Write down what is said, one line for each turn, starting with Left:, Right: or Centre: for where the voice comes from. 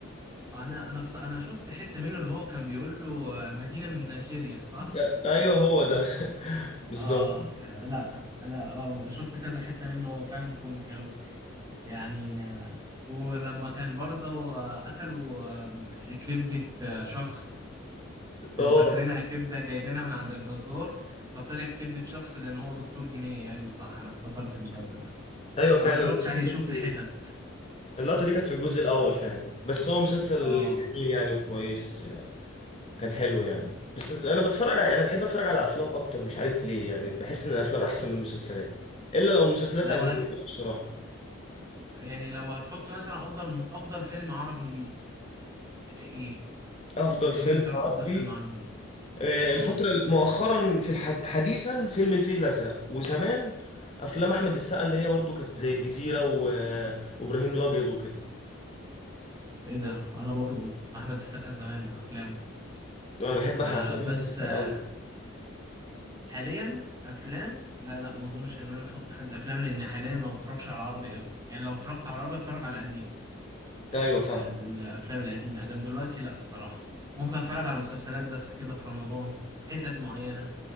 Right: انا انا فت... انا شفت حتة منه اللي هو كان بيقول له آه، مدينة من نيجيريا صح
Left: ده- ايوه هو ده <laughs> بالظبط
Right: اه ك... لا لا اه انا شفت كذا حتة منه هو فعلا كوميك قوي يعني آه، ولما كان برضه آه، اكلوا آه، كبدة آه، شخص كان
Left: اه
Right: فاكرينها كبدة جايبينها من عند الجزار فطلعت كبدة شخص لأن هو دكتور جنائي أيوه صح أنا افتكرت المسلسل ده
Left: ايوه فعلا
Right: أنا متفرجتش
Left: اللقطة
Right: عليه شفت
Left: دي
Right: حتت
Left: اللقطة دي كانت في الجزء الأول فعلا بس هو مسلسل
Right: اه
Left: جميل يعني وكويس كان حلو يعني بس انا بتفرج على انا بحب اتفرج على افلام اكتر مش عارف ليه يعني بحس ان الافلام احسن من المسلسلات الا لو مسلسلات
Right: لو
Left: اجنبي
Right: هت
Left: بقى بصراحه
Right: يعني لو هتحط مثلا أفضل أفضل فيلم عربي ليك إيه؟
Left: افضل فيلم
Right: إيه بالنسبة لك
Left: عربي
Right: أفضل فيلم عربي ليك؟
Left: آه،
Right: اه
Left: الفتره ال- مؤخرا في الحدي... حديثا فيلم الفيل الازرق وزمان افلام احمد السقا اللي هي برضو كانت زي الجزيره و... وابراهيم الابيض وكده
Right: إيه ده أنا برضو أحمد السقا زمان في أفلامه
Left: انا بحب
Right: آه
Left: افلام
Right: بس
Left: احمد السقا
Right: آه
Left: قوي
Right: حاليا أفلام لا لا ما أظنش إن أنا أحط حد أفلام لأن حاليا ما بتفرجش على العربي قوي يعني لو اتفرجت على العربي أتفرج على قديم
Left: ايوه
Right: الافلام
Left: فاهم
Right: القديمه ادم دلوقتي لا الصراحه ممكن اتفرج على مسلسلات بس كده في رمضان حتت معينه